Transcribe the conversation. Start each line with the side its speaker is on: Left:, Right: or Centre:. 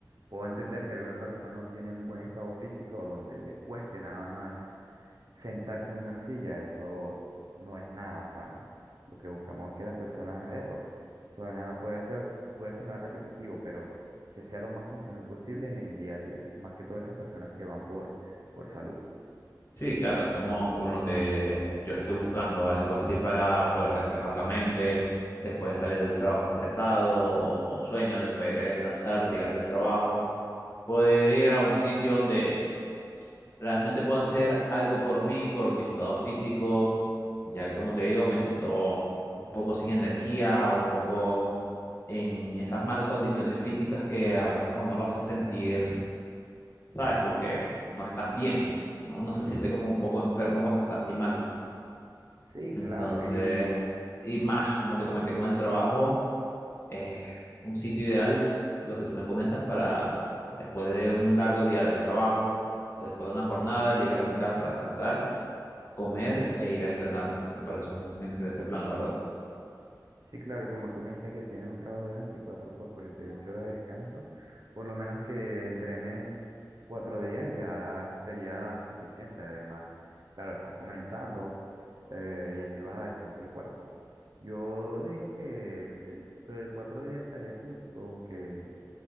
Right: puedo entender que algunas personas no tienen un buen estado físico donde le cueste nada más sentarse en una silla. Eso no es nada sano. Lo que buscamos es que las personas, eso, suena, puede ser, puede sonar repetitivo, pero que sea lo más funcional posible en el día a día, más que todas esas personas que van por, por salud.
Left: Sí, claro, es como, como lo que yo estoy buscando, algo así para poder despejar la mente, después de salir del trabajo estresado o con sueño, después de descansar, llegar del trabajo, poder ir a un sitio donde realmente pueda hacer algo por mí, por mi estado físico, ya que como te digo, me siento un poco sin energía, un poco en esas malas condiciones físicas que a veces uno lo hace sentir, ¿sabes? Como que no estás bien, no, no se siente como un poco enfermo cuando estás así mal
Right: Sí,
Left: Entonces,
Right: claro, y
Left: y más, como te comenté con el trabajo, es un sitio ideal, lo que tú me comentas, para después de un largo día de trabajo o después de una jornada, llegar a mi casa, descansar, comer e ir a entrenar. Me parece un excelente plan, la verdad.
Right: Sí, claro, y como tú me dijiste que tienes un trabajo de 24 por 48 horas de descanso, por lo menos que entrenes cuatro días ya sería suficiente. Además, claro, estás comenzando eh, y así vas adaptando el cuerpo. Yo digo que sí, que cuatro días estaría cool, con que